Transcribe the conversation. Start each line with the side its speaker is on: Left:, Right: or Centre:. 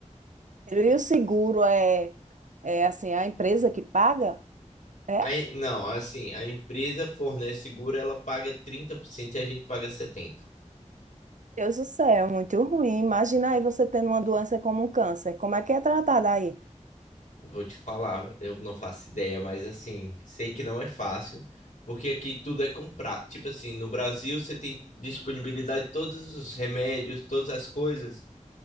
Right: e o seguro é, é assim, a empresa que paga? É,
Left: Aí, não, assim, a empresa fornece seguro, ela paga 30% e a gente paga 70%.
Right: Deus do céu, é muito ruim. Imagina aí você tendo uma doença como um câncer. Como é que é tratada aí?
Left: Vou te falar, eu não faço ideia, mas assim, sei que não é fácil, porque aqui tudo é comprar. Tipo assim, no Brasil você tem disponibilidade de todos os remédios, todas as coisas